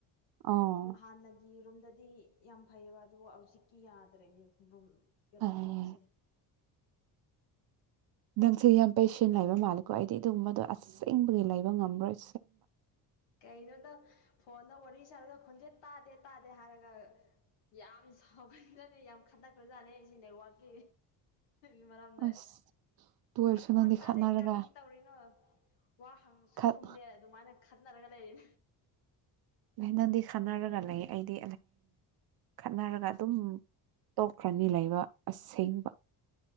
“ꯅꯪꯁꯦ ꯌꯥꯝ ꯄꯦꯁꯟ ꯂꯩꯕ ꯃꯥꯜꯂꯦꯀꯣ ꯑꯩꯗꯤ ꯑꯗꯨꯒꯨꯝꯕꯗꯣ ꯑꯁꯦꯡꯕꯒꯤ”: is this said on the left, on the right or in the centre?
Right